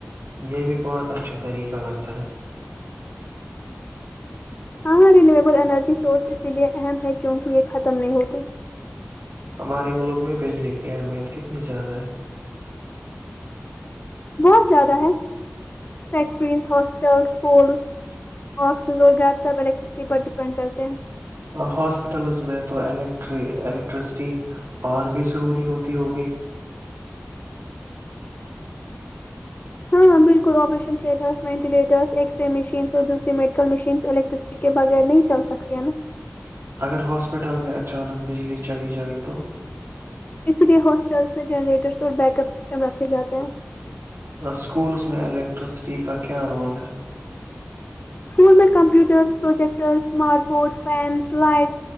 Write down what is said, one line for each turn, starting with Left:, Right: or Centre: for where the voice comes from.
Right: یہیمی باتاتھ طریقہ لگتا ہے
Left: ہاں رینیویبل انرجی سورس اسی لیے اہم ہے کیونک یہ ختم نہیں ہوتے
Right: ہمارے ملک میں بجلی کی اہمیت کتنی زیادہ ہے
Left: بہت زیادہ ہے فیکٹریز ہاسپٹل اسکولز آفسز اور گھر سب الیکٹریسٹی پر ڈیپینڈ کرتے ہیں
Right: ہاسپٹلس میں تو الٹ الیکٹرسٹی اور بھی ضروری ہوتی ہوگی
Left: ہاں ہ بالکل آپریشن تھیٹرس وینٹیلیٹرس ایکسر ر مشینس اور دوسری میڈیکل مشینس الیکٹر کے بغیر نہیں چل سکتی ہیں نا
Right: اگر ہاسپٹل میں اچانک بجلی چلی جائے تو
Left: اسی لیے ہاسپٹلس میں جنریٹرس اور بیک اپ سسٹم رکھے جاتے ہیں
Right: سکولس میں الیکٹرسٹی کا کیا رول ہے
Left: اسکول میں computers projector smart board fans light